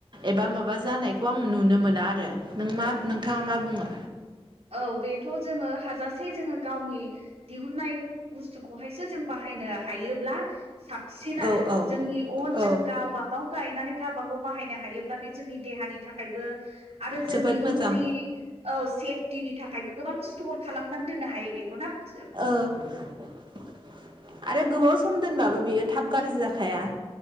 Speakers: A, on the right; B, on the right.
A: एबा माबा जानाय। बेखौ आं नुनो मोना आरो नों मा नोंथाङा मा बुङो।
B: औ बेथ' जों हाजासे जों गावनि दिहुननाय बुस्थुखौहायसो जों बाहा नो हायोब्ला साबसिन
A: औ
B: आरो
A: औ
B: जोंनि अन
A: औ
B: जों गावबागाव गायनानै गावबागाव बाहायनो हायोब्ला बे जोंनि दे देहानि थाखायबो आरो जोंनि
A: जोबोद मोजां
B: उननि औ से- पथिनि थाखायबो गोबां स्टर खालामनानै दोननो हायो बेखौ नाव
A: औ---आरो गोबाव सम दोनबाबो बियो थाब गाज्रि जाखाया।